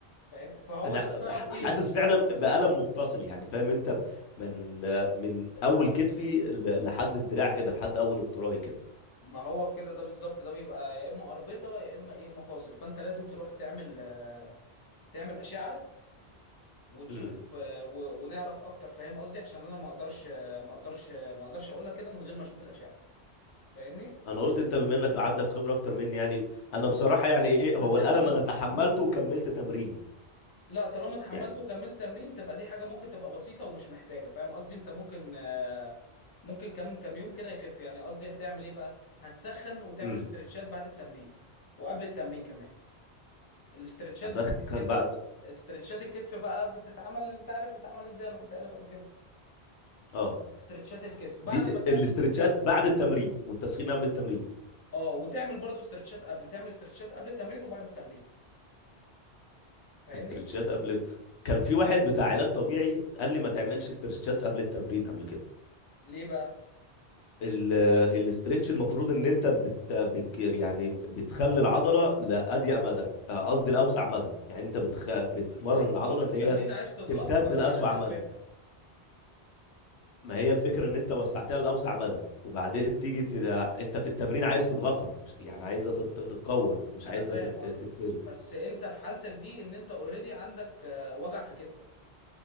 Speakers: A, on the left; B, on the left.
A: فاهم فهو
B: انا
A: ده بسبب
B: ح-
A: ايه
B: حاسس فعلا بألم متصل يعني فاهم انت من من اول كتفي ل- لحد الدراع كده لحد اول التراي كده
A: ما هو كده ده بالظبط ده بيبقى يا اما اربطه يا اما ايه مفاصل فانت لازم تروح تعمل آه، تعمل اشعه وتشوف
B: امم
A: آه، و- ونعرف اكتر فاهم قصدي عشان انا ما اقدرش آه، ما اقدرش آه، ما اقدرش اقول لك كده من غير ما اشوف الاشعه فاهمني
B: انا قلت انت بما انك عندك خبرة اكتر مني يعني انا بصراحة يعني ايه
A: بس
B: هو الألم
A: انت ما
B: انا تحملته
A: مم.
B: وكملت تمرين
A: لا طالما اتحملت
B: يعني
A: وكملت تمرين تبقى دي حاجه ممكن تبقى بسيطه ومش محتاجه فاهم قصدي انت ممكن آه، ممكن كم كم يوم كده يخف يعني قصدي هتعمل ايه بقى هتسخن وتعمل
B: امم
A: استرتشات بعد التمرين وقبل التمرين كمان الاسترتشات
B: اسخن
A: بتاعت الكتف
B: بعد
A: استرتشات الكتف بقى بتتعمل انت عارف بتتعمل ازاي انا كنت قايل لك قبل كده
B: اه
A: استرتشات الكتف بعد
B: دي
A: ما تعمل
B: الاسترتشات بعد التمرين والتسخين قبل التمرين
A: اه وتعمل برضو استرتشات قبل تعمل استرتشات قبل التمرين وبعد التمرين فاهمني
B: استرتشات قبل كان في واحد بتاع علاج طبيعي قال لي ما تعملش استرتشات قبل التمرين قبل كده
A: ليه بقى
B: ال- الاسترتش المفروض ان انت بت بت- يعني بتخلي العضله لاضيق مدى آه، قصدي لاوسع مدى يعني انت بتخ... بتمرن
A: بالظبط
B: العضله
A: وانت في
B: ان
A: التمرين
B: هي
A: عايز تضغطها
B: تمتد
A: بعد
B: لاسوع
A: كده تفردها
B: مدى ما هي الفكره ان انت وسعتها لاوسع مدى وبعدين تيجي تد... انت في التمرين عايز تضغطها مش يعني عايزه تت... تتكور مش
A: انا
B: عايزه
A: فاهم
B: تت...
A: قصدك
B: تتفرد
A: بس انت في حالتك دي ان انت اوريدي عندك آه، وجع في كتفك